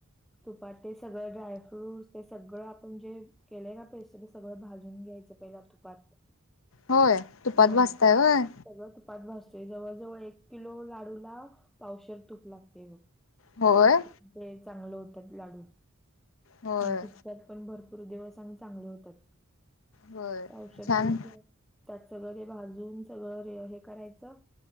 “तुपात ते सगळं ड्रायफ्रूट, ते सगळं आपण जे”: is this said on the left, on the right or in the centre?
Centre